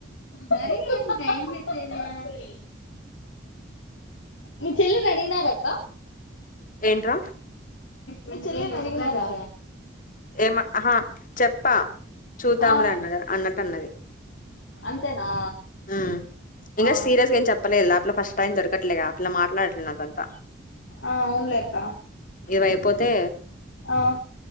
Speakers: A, on the left; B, on the left.
A: నరి ఎంత ఎంతే <unintelligible> ఏ <unintelligible> మీ చెల్లినడిగినారక్క
B: ఏంట్రా
A: మి చెల్లినడిగినరా
B: ఏమహా చెప్పా చూద్దాంలే
A: ఆ
B: అన్నది అన్నట్ అన్నది
A: అంతేనా
B: ఉమ్ ఇంక
A: ఆ
B: సీరియస్గా ఎం చెప్పల లెప్ ఫస్ట్ టైం దొరకట్లేగా ఆ పిల్ల మాట్లాట్లే నాకంత
A: ఆ అవునులే అక్క
B: ఇవైపోతే
A: ఆ